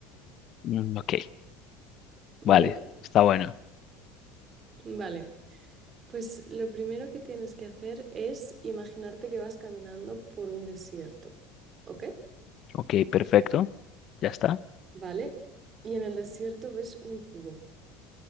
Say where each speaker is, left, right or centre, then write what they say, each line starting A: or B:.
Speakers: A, on the left (about 45°); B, on the right (about 35°).
A: Mm, ok, vale,
B: ¿vale?
A: está bueno.
B: Vale. Pues lo primero que tienes que hacer es imaginarte que vas caminando por un desierto, ¿ok?
A: Ok, perfecto, ya está.
B: ¿Vale? Y en el desierto ves un cubo.